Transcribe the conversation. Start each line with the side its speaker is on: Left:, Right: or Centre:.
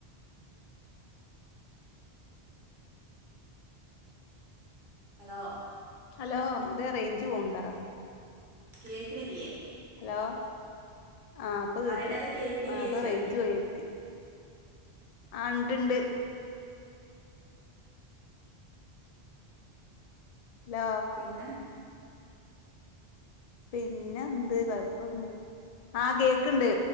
Right: ഹലോ
Left: ഹലോ ന്തേ റേഞ്ച് പോവ് ണ്ടോ
Right: കേക്കണില്യേ
Left: ഹലോ ആഹ് പ്പ കേട്ട്
Right: പറയണത് കേക്കണില്ലേച്ചിയ
Left: ആപ്പ റേഞ്ച് പോയെത്തി ആ ണ്ട്ണ്ട് ലോ
Right: പിന്നെ
Left: പിന്നന്ത് കൊഴപ്പന്ന് ആ കേക്ക്ണ്ട്